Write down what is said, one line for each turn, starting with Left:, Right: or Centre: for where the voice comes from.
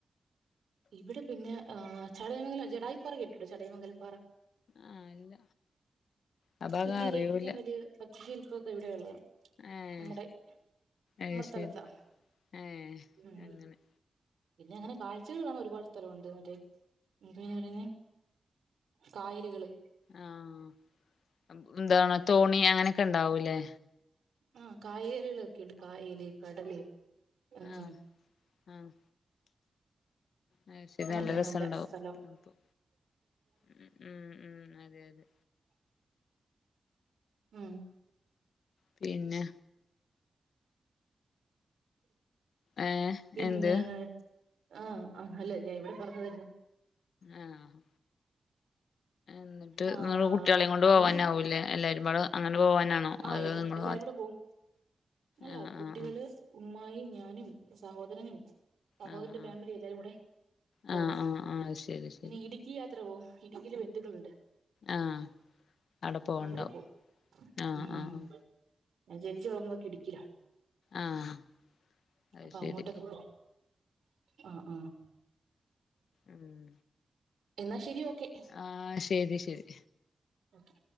Right: ഇവിടെ പിന്നെ ചടയമംഗലം ജഡായുപ്പാറ കെട്ടിട്ടോ ചടയമംഗലംപാറ
Left: ആഹ് ഇല്ല ആ ഭാഗം
Right: ഇന്ത്യയിലെ
Left: അറിയൂല്ല
Right: ഏറ്റവും വലിയ പക്ഷശില്പ്പൊക്കെ ഇവിടെയ ഉള്ളത്
Left: ഏഹ്
Right: നമ്മുടെ
Left: അത്
Right: നമ്മുടെ സ്ഥലത്താ
Left: ശരി ഏഹ്
Right: ഉം
Left: അങ്ങനെ
Right: പിന്നെ അങ്ങനെ കാഴ്ചകൾ കാണൻ ഒരുപാട് സ്ഥലവുണ്ട് മറ്റേ പിന്നെ എന്താ അയ്ന് പറയുന്നെ കായലുകള്
Left: ആഹ് എന്താണ് തോണി അങ്ങനൊക്കെ ഉണ്ടാവൂല്ലേ
Right: ആഹ് കായലുകളൊക്കെണ്ട് കായല് കടല് അഹ്
Left: ആഹ് ആഹ് അത് ശരി
Right: അങ്ങനെ
Left: രസണ്ടാവും
Right: നല്ല സ്ഥല
Left: അപ്പൊ ഉം ഉം ഉം അതെ അതെ
Right: ഉം
Left: പിന്നെ ഏ
Right: പിന്നെ
Left: എന്ത്
Right: ആഹ് ആഹ് അല്ലേ ഞാൻ ഇവടെ പർഞ്ഞതാര്ന്നു
Left: ആഹ് ന്ന്ട്ട്
Right: ആഹ്
Left: ഇങ്ങള് കുട്ട്യാളേം കൊണ്ട്
Right: അങ്ങനെ
Left: പോവാനാവുല്ലേ എല്ലാരും പാടെ ട് അങ്ങനെ പോവാനാണോ
Right: ആഹ്
Left: അത്
Right: എ
Left: നിങ്ങള്
Right: എല്ലാരൂടെ
Left: മാ
Right: പോവും അല്ല
Left: ആഹ്
Right: കുട്ടികള്
Left: ആഹ്
Right: ഉമ്മായും ഞാനും സഹോദരനും സഹോദരന്റെ
Left: ആഹ് ആഹ്
Right: ഫാമിലീം എല്ലാരും കൂടെ പോകും
Left: ആഹ് ആഹ് ആഹ് ശരി ശരി
Right: പിന്നീ ഇടുക്ക ഇടുക്കി യാത്ര പോവും ഇടുക്കീല് ബന്ധുക്കള് ഉണ്ട്
Left: ആഹ് അവടെ പോവണ്ടാവും
Right: അവിടെ പോവും
Left: ആഹ്
Right: ഉം ഉം
Left: ആഹ്
Right: ഞാൻ ജനിച്ച് വളർന്നതൊക്കെ ഇടുക്കീലാ
Left: ആഹ് അത്
Right: അപ്പ
Left: ശരി
Right: അങ്ങോട്ടേക്ക് പോ ആഹ് ആഹ്
Left: ഉം
Right: എന്നാ ശരി ഓക്കെ
Left: ആഹ് ശെരി ശെരി
Right: ഓക്കെ